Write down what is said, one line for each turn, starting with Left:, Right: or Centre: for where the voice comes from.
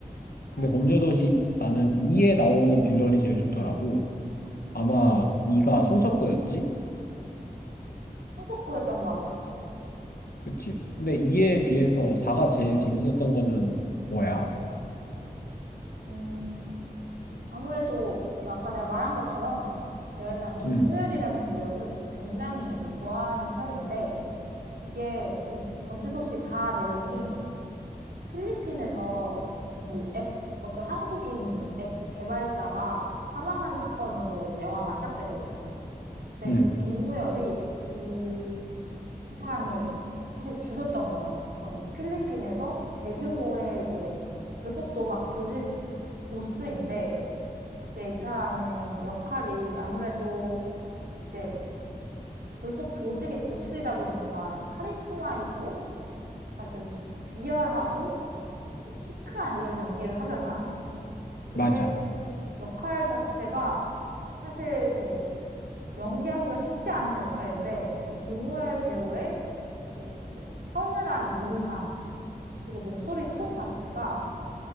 Left: 근데
Right: 응,
Left: 범죄도시 나는 2에 나오는 빌런이 제일 좋더라고. 아마 2가 손석구였지?
Right: 손석구였던 것 같아.
Left: 그치. 근데 2에 비해서 4가 제일 재밌었던 거는 뭐야?
Right: 음, 아무래도 이게 아까 내가 말한 것처럼 내가 일단 김무열이라는
Left: 응
Right: 배우를 굉장히 이제 좋아하는 편인데 이게 이 범죄도시 4 내용이 필리핀에서 이 앱, 어떤 한국인 앱 개발자가 사망한 사건으로 이제 영화가 시작되거든? 근데
Left: 응
Right: 이 김무열이 이, 이 사람을 사실 죽였던 거야. 그래서 이 필리핀에서 대규모의 이제 불법 도박 조직 보스인데, 이제 이 사람의 역할이 아무래도 이제 불법 조직의 보스이다 보니까 카리스마 있고, 약간 좀 비열하고, 좀 시크한 이런 연기를 하잖아. 근데
Left: 맞아.
Right: 역할 자체가 사실 이렇게 연기하기가 쉽지 않은 역할인데 이 김무열 배우의 그 약간 좀 서늘한 인상 그리고 목소리 톤 자체가